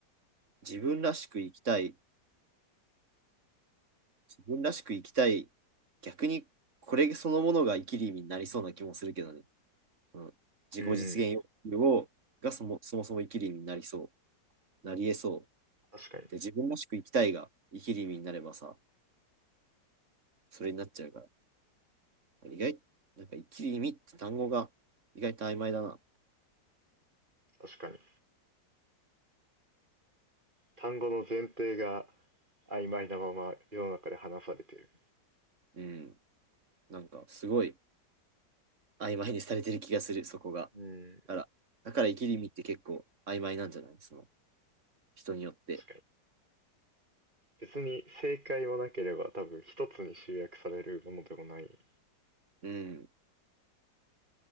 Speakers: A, on the right (about 40°); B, on the right (about 25°).
A: 自分らしく生きたい。自分らしく生きたい。逆にこれそのものが生きる意味になりそうな気もするけどね。うん、自己実現欲求をがそもそもそも生きる意味になりそ
B: うん、
A: う。なり得そう。
B: 確かに、
A: で、自分らしく生きたいが生きる意味になればさ、それになっちゃうから。意外、なんか生きる意味って単語が意外と曖昧だな。
B: 確かに。単語の前提が曖昧なまま世の中で話されてる。
A: うん。なんかすごい曖昧にされてる気がする、そこが。
B: うん、
A: から、だから生きりみって結構曖昧なんじゃないその人によって。
B: 確かに。別に正解もなければ多分一つに集約されるものでもない
A: うん。